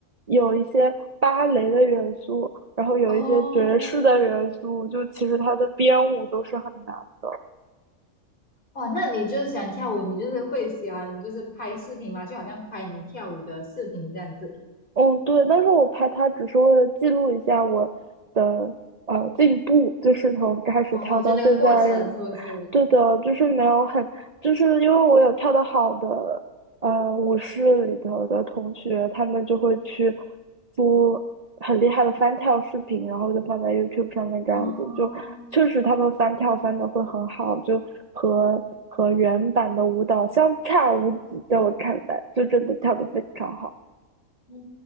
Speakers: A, on the right; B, on the left.
A: 有一些芭蕾的元素，然后有一些爵士的元素，
B: 哦，
A: 就其实它的编舞都是很难的。
B: 哇，那你就是喜欢跳舞，你就是会喜欢就是拍视频吗？就好像拍你跳舞的视频这样子。
A: 嗯，对，但是我拍它只是为了记录一下我的呃进步，就是从开始跳到现在，
B: 哦，就那个过程是不是？
A: 对的，就是没有很，就是因为我有跳得好的呃舞室里头的同学，他们就会去播很厉害的翻跳视频，然后就放在 YouTube 上面这样子，
B: 哦，
A: 就确实他们翻跳翻的会很好，就和和原版的舞蹈相差无几，在我看来，就真的跳得非常好。
B: 嗯，